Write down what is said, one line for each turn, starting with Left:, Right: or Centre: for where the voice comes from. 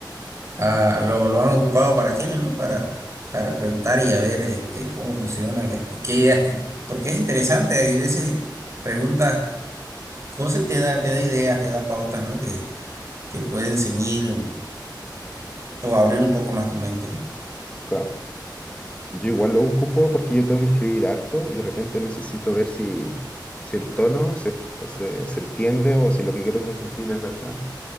Right: Ah, lo, lo han ocupado para aquello, ¿no? Para, para preguntar y a ver este, cómo funciona, qué, te- qué ideas te- Porque es interesante, hay veces preguntas cosas y te da, te da ideas, te da pautas, ¿no? Que, que pueden ceñir o abrir un poco más tu mente, ¿no?
Left: claro Yo igual lo ocupo porque yo tengo que escribir harto y de repente necesito ver si, si el tono se, est- se- se entiende o si lo que quiero transmitir es verdad.